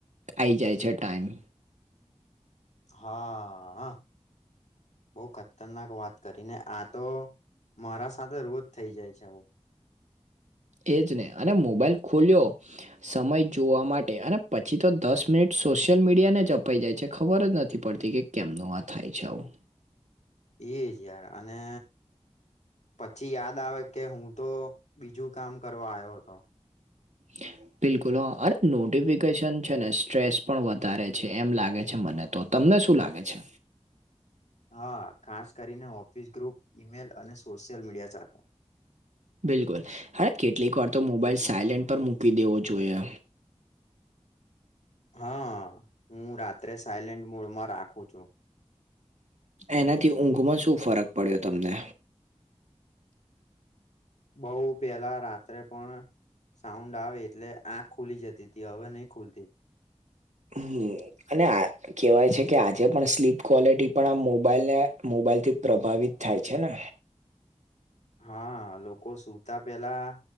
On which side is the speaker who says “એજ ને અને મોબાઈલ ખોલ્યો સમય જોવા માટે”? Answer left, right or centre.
Right